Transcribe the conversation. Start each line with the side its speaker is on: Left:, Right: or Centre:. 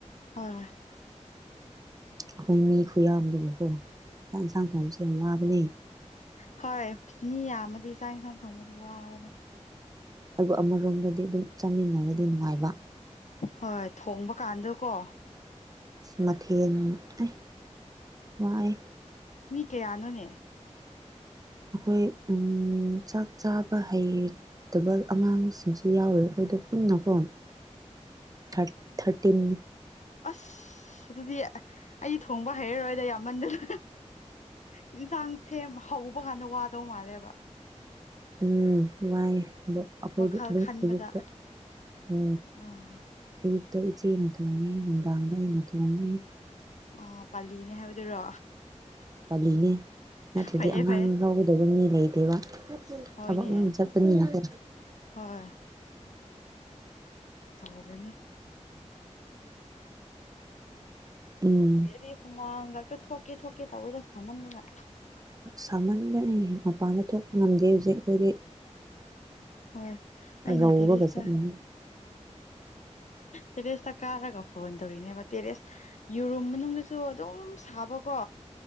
Left: ꯑꯥ
Right: ꯑꯩꯈꯣꯏ ꯃꯤ ꯈꯨ ꯌꯥꯝꯕꯗꯨꯕꯀꯣ ꯆꯥꯛ ꯌꯦꯟꯁꯥꯡ ꯊꯣꯡꯕꯁꯦ ꯌꯥꯝ ꯋꯥꯕꯅꯦ
Left: ꯍꯣꯏ ꯃꯗꯤ ꯆꯥꯏꯁꯥꯡ ꯊꯣꯡꯃꯗꯤ ꯋꯥꯅꯦ
Right: ꯑꯗꯨ ꯑꯃꯔꯣꯝꯗꯗꯤ ꯑꯗꯨꯝ ꯆꯥꯃꯤꯟꯅꯔꯗꯤ ꯅꯨꯡꯉꯥꯏꯕ
Left: ꯍꯣꯏ ꯊꯣꯡꯕ ꯀꯥꯟꯗꯀꯣ
Right: ꯃꯊꯦꯜ ꯑꯦ ꯋꯥꯑꯦ
Left: ꯀꯌꯥꯅꯨꯅꯦ
Right: ꯑꯩꯈꯣꯏ ꯆꯥꯛ ꯆꯥꯕ ꯍꯩ ꯑꯗꯨꯒ ꯑꯉꯥꯡꯁꯤꯡꯁꯨ ꯌꯥꯎꯋꯦ ꯑꯩꯈꯣꯏꯗꯣ ꯄꯨꯟꯅꯀꯣ ꯊꯔ ꯊꯔꯇꯤꯟ
Left: ꯑꯁ ꯑꯁ ꯑꯗꯨꯗꯤ ꯑꯩ ꯊꯣꯡꯕ ꯍꯩꯔꯔꯣꯏꯗ ꯌꯥꯝꯃꯟꯗꯅ ꯌꯦꯟꯁꯥꯡ ꯁꯦꯝꯃ ꯍꯧꯕ ꯀꯥꯟꯗ ꯋꯥꯗꯧ ꯃꯥꯜꯂꯦꯕ
Right: ꯎꯝ ꯋꯥꯏ ꯑꯗ ꯑꯩꯈꯣꯏꯗꯤ
Left: ꯋꯥꯈꯜ
Right: ꯑꯗꯨꯝ
Left: ꯈꯟꯕꯗ
Right: ꯑꯌꯨꯛꯇ ꯎ
Left: ꯑꯥ
Right: ꯑꯌꯨꯛꯇ ꯛꯇ ꯏꯆꯦꯅ ꯇꯣꯡꯉꯦ ꯅꯨꯡꯗꯥꯡꯗ ꯑꯩꯅ ꯇꯣꯡꯉꯦ
Left: ꯑꯣ ꯄꯥꯜꯂꯤꯅꯦ ꯍꯥꯏꯕꯗꯨꯔꯣ
Right: ꯄꯥꯂꯤꯅꯦ ꯅꯠꯇ꯭ꯔꯗꯤ
Left: ꯐꯩꯌꯦ
Right: ꯑꯉꯥꯡ
Left: ꯐꯩꯌꯦ
Right: ꯂꯧꯒꯗꯕ ꯃꯤ ꯂꯩꯇꯦꯕ
Left: ꯍꯣꯏꯅꯦ
Right: ꯊꯕꯛ ꯆꯠꯄꯅꯤꯅꯈ
Left: ꯍꯣꯏ ꯆꯥꯎꯒꯅꯦ
Right: ꯎꯝ
Left: ꯁꯤꯗꯤ ꯍꯨꯃꯥꯡ ꯈꯛꯇ ꯊꯣꯛꯀꯦ ꯊꯣꯛꯀꯦ ꯇꯧꯋꯦꯗ ꯁꯥꯃꯟꯗꯅ
Right: ꯁꯥꯃꯟꯗ ꯃꯄꯥꯟꯗ ꯊꯣꯛꯄ ꯉꯝꯗꯦ ꯍꯧꯖꯤꯛ ꯑꯩꯈꯣꯏꯗꯤ
Left: ꯍꯣꯏ ꯑꯩꯅ
Right: ꯔꯧꯔꯒ
Left: ꯇꯦꯔꯤꯁꯇ
Right: ꯆꯠꯅꯤꯡꯉꯤ
Left: ꯇꯦꯔꯦꯁꯇ ꯀꯥꯔꯒ ꯐꯣꯟ ꯇꯧꯔꯤꯅꯦꯕ ꯇꯦꯔꯦꯁ ꯌꯨꯔꯨꯝ ꯃꯅꯨꯡꯁꯨ ꯑꯗꯨꯝ ꯁꯥꯕꯀꯣ